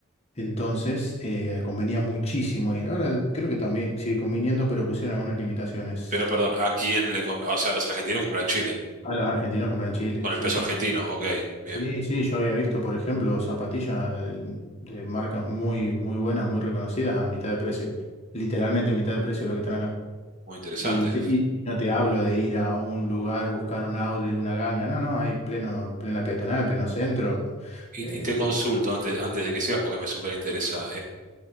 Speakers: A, on the left; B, on the right.
A: entonces, eh, convenía muchísimo ir. Ahora creo que también sigue conviniendo, pero pusieron algunas limitaciones
B: pero perdón, ¿a quién le com- O sea, los argentinos compran en Chile,
A: a los argentinos comprar en Chile.
B: con
A: Sí,
B: el peso
A: sí,
B: argentino,
A: sí.
B: ok. Bien,
A: Sí, sí, yo había visto, por ejemplo, zapatillas eh, de marcas muy, muy buenas, muy reconocidas a mitad de precio. Literalmente a mitad de precio de lo que están acá.
B: muy interesante.
A: Y, te- y- y no te hablo de ir a un lugar, buscar un auto de una ganga. No, no, hay pleno, plena peatonal, pleno centro.
B: Y,
A: eh,
B: y te consulto antes, antes de que sigas porque me súper interesa.